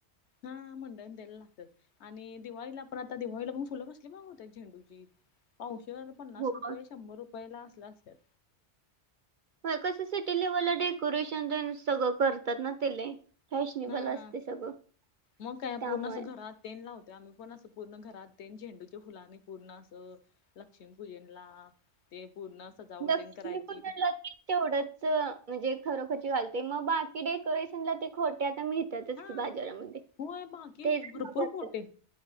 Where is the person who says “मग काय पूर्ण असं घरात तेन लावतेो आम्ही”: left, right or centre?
Left